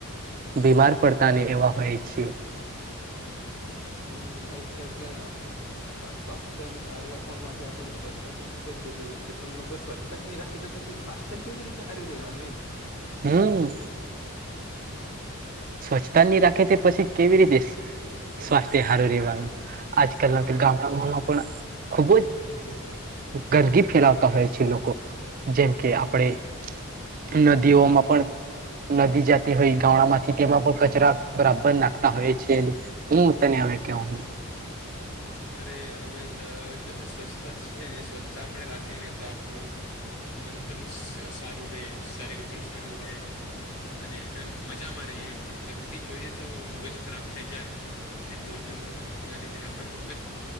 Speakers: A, on the right; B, on the left.
A: બીમાર પડતા ને એવા હોય છે
B: હમ એજ કે સ્વાસ્થ્યને સારું રાખવા માટે આપણે સ્વચ્છતા ખુબ જ જરૂરી છે પણ લોકો સ્વચ્છતાહી રાખે તો પછી સ્વાસ્થ્ય કેવી રીતે સારું રહેવાનું એમ
A: હમ સ્વચ્છતા નહી રાખે તે પછી કેવી રીતે સ્વાસ્થ્ય સારું રહેેવાનું આજકાલ
B: હા
A: ના ગામ માં પણ ખુબ જ ગંદગી ફેલાવતા હોય છે લોકો જેમ કે
B: હા
A: આપણેે નદીઓમાં પણ નદી જતી હોય ગામડામાં તેમાં પણ કચરા બરાબર નાખતા હોય છે હું તને હ કહ
B: અરે હવે તો સ્વચ્છ છે સ્વચ્છ આપે રાખીે ને તો આપણું મન પણ સારું રહે શરીર પણ સારું રહે અને એમ મજામાં ર એમ પણ ગંદકી જોઈએ તો મગજ ખરાબ થઈ જાય ને દોરગામ ના લીધે આપણ મગર